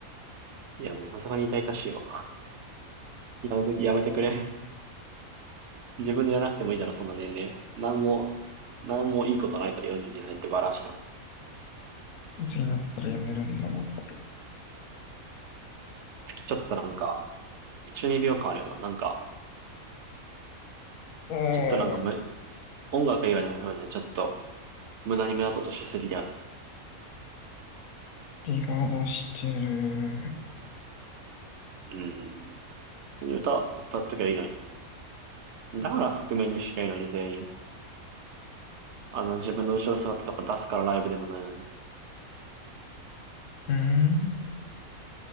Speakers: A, on the right (about 65°); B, on the left (about 80°).
A: いや、もうさすがに痛々しいわ。やめ、やめてくれ。自分でやらなくてもいいだろ、そんな年齢。なんも、なんもいいことないから42歳ってバラしても。
B: いつになったらやめるんだろうか。
A: 月ちょっとなんか、中二病感あるよな。なんか、
B: ああ、
A: ちょっとなんかむ、音楽以外の部分でちょっと、無駄に目立とうとしすぎだよね。
B: リが出してる。
A: うん。普通に歌、歌っときゃいいのに。だから覆面にしきゃいいのに全員。あの、自分の後ろ姿とか出すからライブでもないのに。
B: うーん。